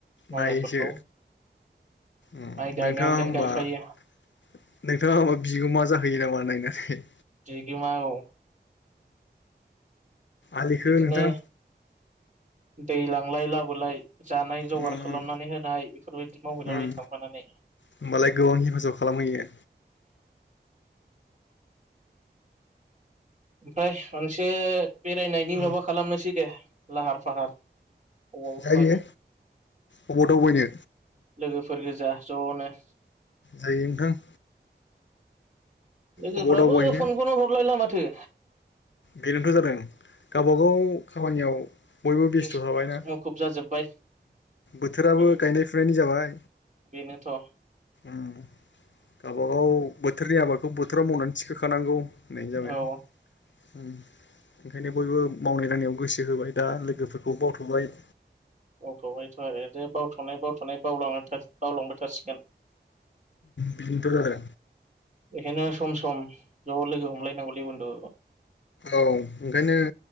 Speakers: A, on the right; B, on the left.
A: मावनायफोरखौ
B: नायैसो नोंथाङा
A: माइ गायनायावनो देन
B: होमबा
A: गायफायो
B: नोंथाङा माबा बिगोमा जाहैयो नामा नायनानै
A: बिमा औ
B: आलिखौ
A: बिदिनो
B: नोंथां
A: दै लांलाय लाबोलाय। जानाय जगार
B: उम
A: खालामनानै होनाय बेफोरबायदि मावहैलाबायायो
B: उम
A: थांफानानै ।
B: होमबालाय गोबां हेफाजाब खालामहैयो।
A: ओमफ्राय मोनसे बेरायनायनि
B: ओ
A: माबा खालामनोसै दे लाहार फाहार बबावबाफोर।
B: जायो अबाव दावबायनो
A: लोगोफोर गोजा ज'नो।
B: जायो नोंथां।
A: लोगोफ्राबो
B: अबाव दावबायहैनो
A: फनखौनो हरलायला माथो।
B: बेनोनोथ' जादों गावबागाव खामानियाव बयबो बेस्थ'
A: बेस
B: थाबायना।
A: मुखुब जाजोब्बाय
B: बोथोराबो
A: उम
B: गायनाय फुनायनि जाबाय
A: बेनोथ'
B: ओम गावबागाव बोथोरनि आबादखौ बोथोराव मावनानै थिखोखानांगौ होननायानो जाबायना।
A: औ
B: ओम ओंखायनो बयबो मावनाय दांनायाव गोसो होबाय दा लोगोफोरखौ बावथ'बाय।
A: बथ'बायथ' आरो दे बावथ'नाय बावथ'नाय बावलां बावलांबाय थासिगोन।
B: बिन्थ जादों।
A: बेखायनो सम सम ज' लोगो हमलायनांगौलै बथु।
B: औ ओंखायनो